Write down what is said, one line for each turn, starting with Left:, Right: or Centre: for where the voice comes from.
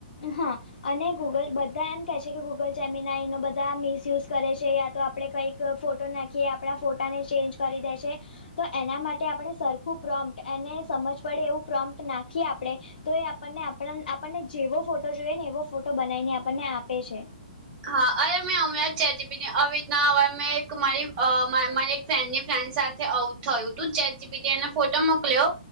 Left: હા. અને ગૂગલ બધા એમ કહે છે કે, ગૂગલ જેમિનાઈ એનો બધા મિસયુઝ કરે છે, યા તો આપણે કંઈક ફોટો ફોટો નાખીએ, આપણા ફોટા ને ચેન્જ કરી દેશે. તો એના માટે આપણે સરખું પ્રોમ્પ્ટ, અને સમજ પડે એવું પ્રોમપ્ટ નાખીએ આપણે તો એ આપણને, આપણને જેવો ફોટો જોઈએ ને, એવો ફોટો બનાવીને આપણને આપે છે.
Right: હા, અરે મેં હમણાં જ ચેટ જીપીટી આવી રીતના હવે મેં એક મારી મારી એક ફ્રેન્ડની ફ્રેન્ડ સાથે આવુ થયું, તું ચેટ જીપીટી એનો ફોટો મોકલ્યો.